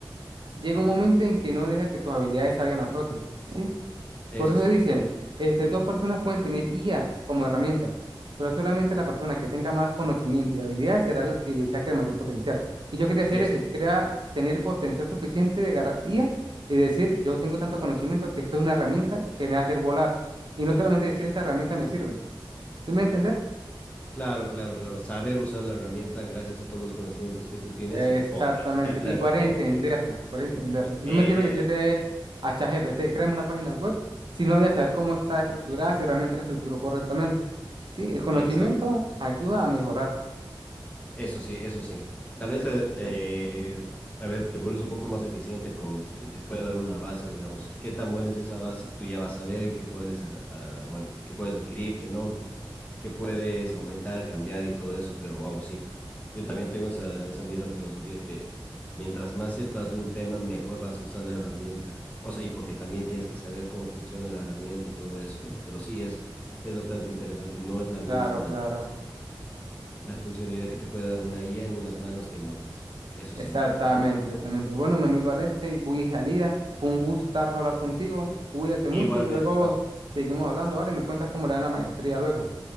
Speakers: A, on the right; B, on the left.
A: llega un momento en que no deja que tus habilidades salgan a flote, ¿sí?
B: Eso
A: Por eso
B: sí,
A: dicen, este, dos personas pueden tener IA como herramienta, pero solamente la persona que tenga más conocimiento y habilidades será la que le saque el mayor potencial. Y yo quería hacer
B: eso
A: ese, yo
B: sí.
A: quería tener potencial suficiente de agarrar IA y decir, yo tengo tanto conocimiento que esto es una herramienta que me va a hacer volar. Y no solamente decir, esta herramienta me sirve, ¿sí me va a entender?
B: Claro, claro, claro. Saber usar la herramienta gracias a todos los conocimientos que tú tienes
A: Exactamente,
B: y potenciar la
A: y poder entenderla,
B: herramienta.
A: poder entenderla. No
B: Eh,
A: me sirve decirle a ChatGPT, créame una página web, si no voy a saber cómo está estructurada, si realmente la estructuró correctamente. Sí, el conocimiento
B: exacto.
A: ayuda a mejorar.
B: Eso sí, eso sí. Tal vez te, te- a ver, te vuelves un poco más eficiente con, porque te puede dar una base, digamos, qué tan buena es esa base, tú ya vas a ver qué puedes, ah, ah, bueno, qué puedes adquirir, qué no, qué, qué puedes aumentar, cambiar y todo eso, pero wow, sí. Yo también tengo esa, esa misma filosofía que mientras más sepas de un tema, mejor vas a usar la herramienta. O sea, y porque también tienes que saber cómo funciona la herramienta y todo eso, ¿no? Pero sí, es, es bastante interesante, no es la
A: Claro,
B: misma
A: claro.
B: la funcionalidad que te puede dar una IA en unas manos que en otras. Eso
A: Exactamente,
B: sí, totalmente.
A: exactamente. Bueno, mi amigo Alexei, voy de salida. Fue un gustazo hablar contigo. Cuídate mucho
B: Igualmente,
A: y luego
B: Juan.
A: seguimos hablando, ¿vale? Me cuentas cómo le dan la maestría luego.